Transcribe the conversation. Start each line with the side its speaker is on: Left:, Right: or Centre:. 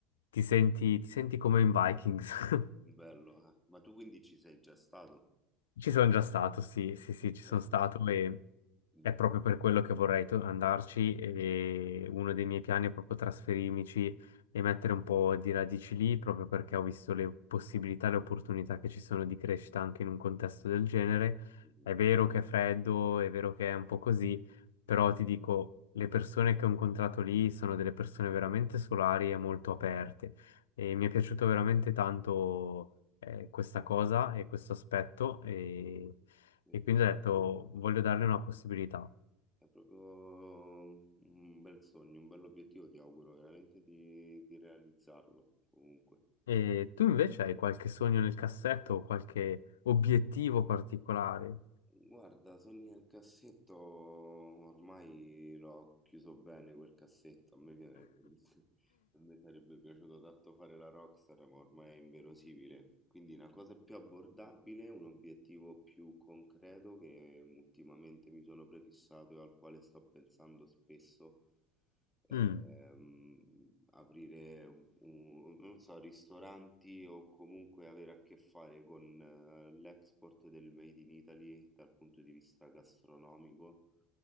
Left: ti senti, ti senti come in Vikings. <laughs>
Centre: Bello, eh. Ma tu quindi ci sei già stato?
Left: Ci sono già stato, sì, sì, sì,
Centre: Ok,
Left: ci sono stato e
Centre: Mm,
Left: è proprio per quello che vorrei to- andarci e uno dei miei piani è proprio trasferirmici e mettere un po' di radici lì, proprio perché ho visto le possibilità, le opportunità che ci sono di crescita anche in un contesto del genere.
Centre: mhm,
Left: È vero che è freddo, è vero che è un po' così, però ti dico, le persone che ho incontrato lì sono delle persone veramente solari e molto aperte e mi è piaciuto veramente tanto eh, questa cosa e questo aspetto e,
Centre: bellissimo.
Left: e quindi ho detto voglio darle una possibilità.
Centre: È proprio un bel sogno, un bel obiettivo, ti auguro veramente di, di realizzarlo comunque.
Left: E tu invece hai qualche sogno nel cassetto o qualche obiettivo particolare?
Centre: Guarda, Sogni nel cassetto, ormai l'ho chiuso bene quel cassetto, a me, piace- <laughs> a me sarebbe piaciuto tanto fare la Rockstar, ma ormai è inverosimile. Quindi una cosa più abbordabile, un obiettivo più concreto che ultimamente mi sono prefissato e al quale sto pensando spesso ehm,
Left: Mm,
Centre: aprire un, non so, ristoranti o comunque avere a che fare con eh, l'export del Made in Italy dal punto di vista gastronomico.